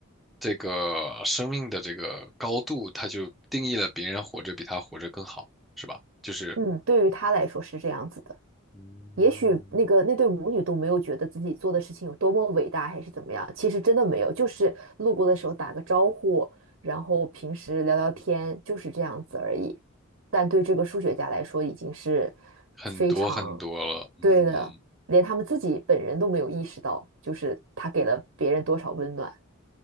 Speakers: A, in the centre; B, on the right.
A: 这个生命的这个高度，他就定义了别人活着比他活着更好，是吧？就是，
B: 嗯，对于他来说是这样子的。
A: 嗯，
B: 也许那个那对母女都没有觉得自己做的事情有多么伟大，还是怎么样。其实真的没有，就是路过的时候打个招呼，然后平时聊聊天，就是这样子而已。但对这个数学家来说，已经是
A: 很多很多了，
B: 非常
A: 嗯，
B: 对的，连他们自己本人都没有意识到，就是他给了别人多少温暖。